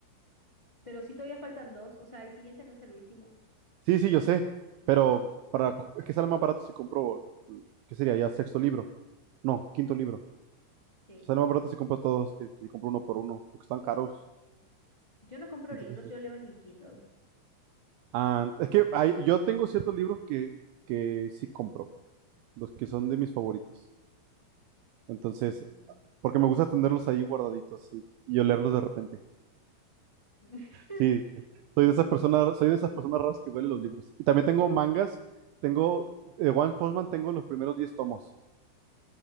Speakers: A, on the left; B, on the right.
A: Pero sí todavía faltan dos, o sea, el siguiente no es el último.
B: Sí, sí, yo sé, pero para, co- es que sale más barato si compro, ¿qué sería? Ya sexto libro. No, quinto libro.
A: Sí.
B: Sale más barato si compro todos que, que si compro uno por uno, porque están caros.
A: Yo no compro
B: Entonces
A: libros,
B: sí.
A: yo leo en mi Kindle.
B: Ah, es que hay- yo tengo ciertos libros que, que sí compro, los que son de mis favoritos. Entonces,
A: Mm.
B: porque me gusta tenerlos ahí guardaditos y, y olerlos de repente.
A: <laughs> O
B: Sí, soy de esas personas, soy de esas personas raras que huelen los libros. Y también tengo mangas, tengo, de One Punch Man tengo los primeros 10 tomos.